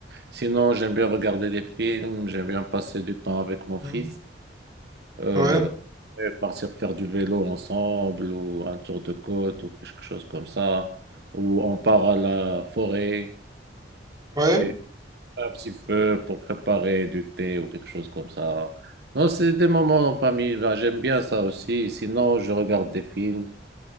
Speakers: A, on the right (about 60°); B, on the right (about 20°).
A: sinon, j'aime bien regarder des films. J'aime bien passer du temps avec mon fils.
B: Hmm.
A: Euh,
B: Ouais,
A: Et partir faire du vélo ensemble ou un tour de côte ou quelque chose comme ça. Ou on part à la forêt
B: ouais,
A: et un petit peu pour préparer du thé ou quelque chose comme ça. Non, c'est des moments en famille. Ben, j'aime bien ça aussi. Sinon, je regarde des films.